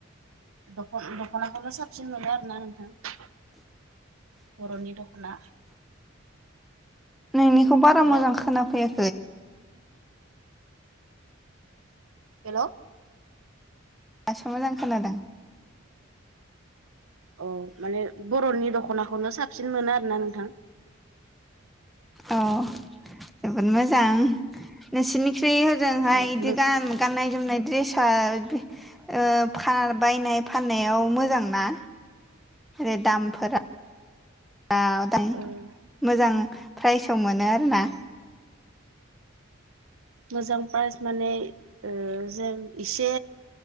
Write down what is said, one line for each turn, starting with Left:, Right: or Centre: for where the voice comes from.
Right: दखन-दख'नाखौनो साबसिन मोनो आरो ना नोंथां। बर'नि दख'ना।
Centre: नोंनिखौ बारा
Right: हेल'
Centre: मोजां खोना फैया
Right: हेल'
Centre: दासो मोजां खोनादों।
Right: औ माने बर'नि दख'नाखौनो साबसिन मोनो आरो ना नोंथां।
Centre: अ जोबोद मोजां नोंसोरनिख्रुइ ओजोंहाय
Right: ओ
Centre: इदि
Right: नों
Centre: गान-गाननाय जोमनाय द्रेसा ओ फा बायनाय फाननायाव मोजांना ओ दामफोरा दा दाय
Right: ओ
Centre: मोजां प्राइसआव मोनो आरो ना।
Right: मोजां पास माने ओ जों इसे